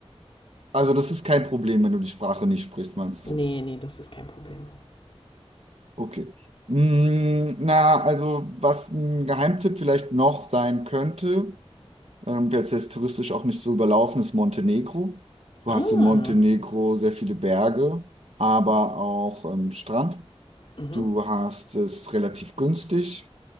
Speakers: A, on the right; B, on the left.
A: Also das ist kein Problem, wenn du die Sprache nicht sprichst, meinst
B: Nee,
A: du?
B: nee, das ist kein Problem.
A: Okay. Mm, na, also was ein Geheimtipp vielleicht noch sein könnte, ähm, jetzt jetzt touristisch auch nicht so überlaufen ist Montenegro. Du
B: Ah,
A: hast in Montenegro sehr viele Berge, aber auch ähm, Strand.
B: mhm.
A: Du hast es relativ günstig